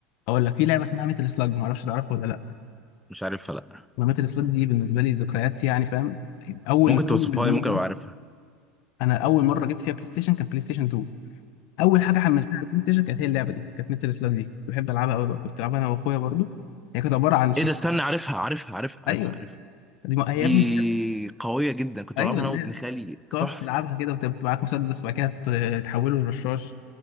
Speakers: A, on the left; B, in the centre.
A: اقول لك في لعبه اسمها ميتل سلاج ما اعرفش تعرفها ولا لا
B: مش عارفها لا
A: انا ميتل سلاج دي بالنسبه لي ذكريات يعني فاهم اول
B: ممكن توصفها
A: اول مره
B: لي ممكن ابقى عارفها
A: انا اول مره جبت فيها بلاي ستيشن كانت بلاي ستيشن 2 اول حاجه حملتها على البلاي ستيشن كانت هي اللعبه دي كانت ميتال سلاج دي كنت بحب العبها قوي بقى كنت بلعبها انا واخويا برضو هي كانت عباره عن شخص
B: ايه ده استنى عارفها عارفها عارفها عارفها
A: ايوه
B: عارفها
A: دي ما... هي
B: دي
A: يا ابني كانت-
B: قوية جدا كنت
A: ايوه
B: بلعبها
A: اللي
B: انا وابن
A: هي
B: خالي
A: تقعد
B: تحفة
A: تلعبها كده وتبقى معاك مسدس وبعد كده ت- تحوله لرشاش